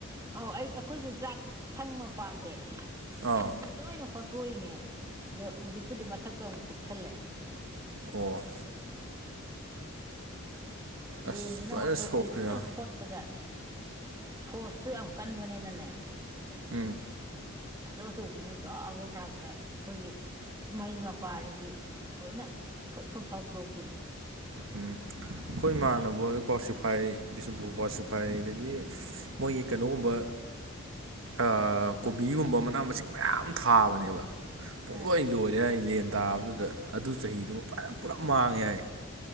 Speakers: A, on the right; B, on the right.
A: ꯑꯧ ꯑꯩ ꯑꯩꯈꯣꯏꯁꯨ ꯆꯥꯛ ꯁꯪ ꯃꯄꯥꯖꯦ
B: ꯑꯥ
A: ꯇꯤꯟꯖꯤ ꯂꯣꯏꯅ ꯍꯣ ꯇꯣꯛꯏꯅꯦ ꯑꯗꯣ ꯍꯧꯖꯤꯛꯄꯨꯗꯤ ꯃꯊꯛꯇ ꯑꯃꯨꯛ ꯀꯨꯞꯁꯜꯂꯦ
B: ꯑꯣ ꯑꯁ
A: ꯂꯦꯟꯖꯤꯅ
B: ꯐꯖꯅ
A: ꯍꯣꯠꯇꯣꯛꯄꯖꯤ
B: ꯁꯣꯛꯈꯤ
A: ꯐꯖꯅ
B: ꯌꯥꯎꯋꯦ
A: ꯍꯣꯠꯄꯖꯥꯠꯅꯤ ꯐ꯭ꯔꯣꯁꯇꯨ ꯌꯥꯝ ꯀꯟꯕꯅꯤꯅꯅꯦ
B: ꯎꯝ
A: ꯑꯆꯧ ꯑꯆꯧꯕꯅ ꯗꯥꯛ ꯂꯥꯎ ꯊꯥꯔꯛ ꯄꯗ ꯑꯩꯈꯣꯏꯒꯤ ꯃꯩ ꯃꯄꯥꯖꯤꯗꯤ ꯂꯣꯏꯅ ꯐꯨꯠ ꯐꯨꯠ ꯐꯥꯎꯗꯣꯛꯄꯅꯤ
B: ꯎꯝ ꯑꯩꯈꯣꯏ ꯏꯃꯥꯟꯅ ꯍꯣꯏ ꯀ꯭ꯋꯥꯁꯤꯐꯥꯏ ꯕꯤꯁꯅꯨꯄꯨꯔ ꯀ꯭ꯋꯥꯁꯤꯐꯥꯏ ꯗꯒꯤ ꯃꯣꯏꯒꯤ ꯀꯩꯅꯣꯒꯨꯝꯕ ꯑ ꯀꯣꯕꯤꯒꯨꯝꯕ ꯃꯅꯥ ꯃꯁꯤꯡ ꯃꯌꯥꯝ ꯊꯥꯕꯅꯦꯕ꯫ ꯄꯨꯡꯂꯣꯏ
A: ꯎꯝ
B: ꯂꯣꯏꯔꯦ ꯍꯥꯏ ꯂꯦꯟ ꯇꯥꯕꯗꯨꯗ ꯑꯗꯨ ꯆꯍꯤꯗꯨꯃ ꯐꯔ ꯄꯨꯂꯞ ꯃꯥꯡꯉꯦ ꯍꯥꯏ